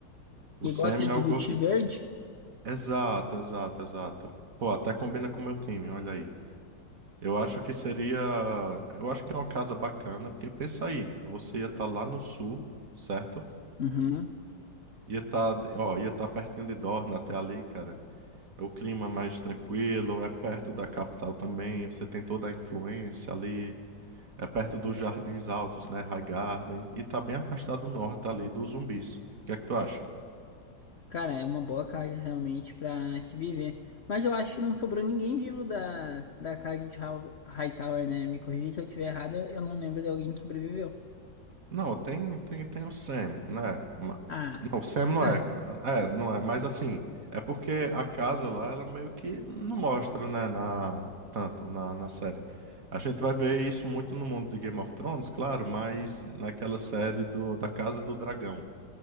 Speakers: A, on the right (about 50°); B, on the left (about 55°).
A: O
B: Que
A: Sam
B: gosta de
A: é o
B: vestir
A: gordinho.
B: verde?
A: Exato, exato, exato. Pô, até combina com o meu time, olha aí. Eu acho que seria. Eu acho que é uma casa bacana, porque pensa aí, você ia estar lá no sul, certo?
B: Uhum.
A: Ia estar, ó, ia estar pertinho de Dorna até ali, cara. É o clima mais tranquilo, é perto da capital também, você tem toda a influência ali. É perto dos Jardins Altos, né? High Garden. E tá bem afastado do norte ali dos zumbis. O que é que tu acha?
B: Cara, é uma boa carga realmente pra se viver. Mas eu acho que não sobrou ninguém vivo da, da carga de Hal- Hightower, né? Me corrija se eu estiver errado, eu não lembro de alguém que sobreviveu.
A: Não, tem, tem, tem o Sam, né? Ma-
B: Ah,
A: Não, o Sam não
B: <laughs>
A: é. É, não é. Mas assim, é porque a casa lá, ela meio que não mostra, né? Na, tanto na, na série. A gente vai ver isso muito no mundo de Game of Thrones, claro, mas naquela série do, da Casa do Dragão.